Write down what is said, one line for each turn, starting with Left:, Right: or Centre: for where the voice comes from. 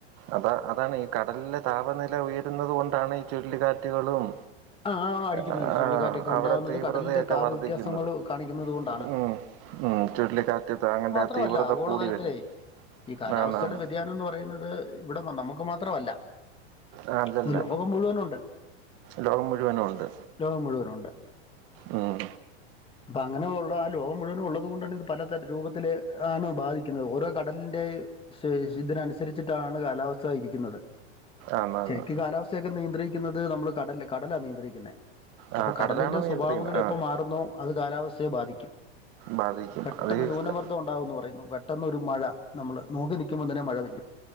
Right: അതാ അതാണ് ഈ കടലിലെ താപനില ഉയരുന്നത് കൊണ്ടാണ് ഈ ചുഴലിക്കാറ്റുകളും
Left: ആ അടിക്കുന്നത്
Right: ആ
Left: ചുഴലിക്കാറ്റൊക്കെ
Right: അവിടെ
Left: ഉണ്ടാകുന്നത്
Right: തീവ്രതയൊക്കെ
Left: കടലിന്റെ താപ
Right: വർധിക്കുന്നത്
Left: വ്യത്യാസങ്ങൾ കാണിക്കുന്നത് കൊണ്ടാണ്
Right: ഉം ഉം ചുഴലിക്കാറ്റ് <unintelligible>
Left: മാത്രല്ല ആഗോളതലത്തിലേ
Right: കൂടി വരുന്നു
Left: ഈ കാലാവസ്ഥയുടെ
Right: ആന്നാന്ന്
Left: വ്യതിയാനം എന്ന് പറയുന്നത് ഇവിടെ നമുക്ക് മാത്രമല്ല
Right: ആ അതല്ല
Left: ഇത് ലോകം മുഴുവനുണ്ട്
Right: ലോകം മുഴുവനുണ്ട്
Left: ലോകം മുഴുവനും ഉണ്ട്
Right: ഉം
Left: അപ്പൊ അങ്ങനെ ഉള്ള ആ ലോകം മുഴുവനും ഉള്ളത് കൊണ്ടാണ് ഇത് പലത രൂപത്തില് ആണ് ബാധിക്കുന്നത് ഓരോ കടലിന്റെ ശേ <unintelligible> ഇതിനനുസരിച്ചിട്ടാണ് കാലാവസ്ഥ ഇരിക്കുന്നത്
Right: ആന്നാന്ന്
Left: ശരിക്കും കാലാവസ്ഥയൊക്കെ നിയന്ത്രിക്കുന്നത് നമ്മള് കടല കടലാ നിയന്ത്രിക്കുന്നത്
Right: ആഹ്
Left: അപ്പൊ കടലിന്റെ
Right: കടലാണ്
Left: സ്വഭാവങ്ങൾ
Right: നിയന്ത്രിക്കുന്നത്
Left: എപ്പ
Right: ആഹ്
Left: മാറുന്നോ അത് കാലാവസ്ഥയെ ബാധിക്കും
Right: ബാധിക്കും
Left: പെട്ടെന്ന്
Right: അത്
Left: ന്യൂനമർദ്ദം ഉണ്ടാവന്ന് പറയുന്നു പെ ട്ടന്നൊരു ഒരു മഴ നമ്മൾ നോക്കി നിൽക്കുമ്പോൾ തന്നെ മഴ പെയ്യും